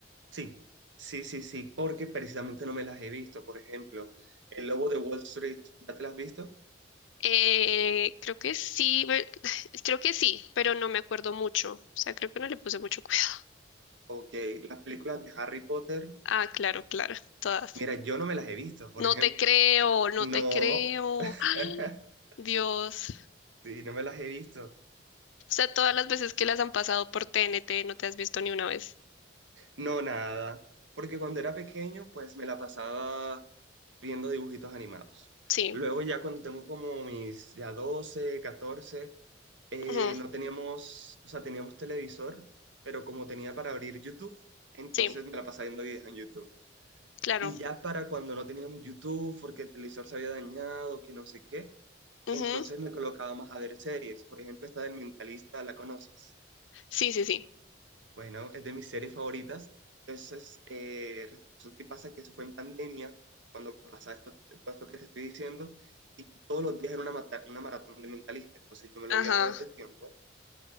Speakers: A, on the right (about 75°); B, on the left (about 80°).
A: Sí, sí, sí, sí, porque precisamente no me las he visto. Por ejemplo, El Lobo de Wall Street, ¿ya te las has visto?
B: Eh, creo que sí, ve- <laughs> <sighs> creo que sí, pero no me acuerdo mucho. O sea, creo que no le puse mucho cuidado.
A: Ok, las películas de Harry Potter,
B: Ah, claro, claro, todas.
A: mira, yo no me las he visto, por
B: No
A: ejemplo.
B: te creo, no
A: No,
B: te creo.
A: <laughs>
B: Ay, Dios.
A: sí, no me las he visto.
B: O sea, todas las veces que las han pasado por TNT no te has visto ni una vez.
A: No, nada. Porque cuando era pequeño, pues me la pasaba viendo dibujitos animados.
B: Sí,
A: Luego ya cuando tengo como mis ya 12, 14, eh,
B: ujú,
A: no teníamos, o sea, teníamos televisor, pero como tenía para abrir YouTube, entonces
B: Sí,
A: me la pasaba viendo videos en YouTube.
B: claro.
A: Y ya para cuando no teníamos YouTube, porque el televisor se había dañado, que no sé qué.
B: ujú,
A: Entonces me colocaba más a ver series. Por ejemplo, esta del Mentalista, ¿la conoces?
B: Sí, sí, sí.
A: Bueno, es de mis series favoritas. Entonces, eh, resulta y pasa que eso fue en pandemia, cuando pasaba esto, todo esto que te estoy diciendo, y todos los días era una, mata- una maratón de Mentalista. Entonces yo me lo
B: Ajá.
A: veía todo el tiempo.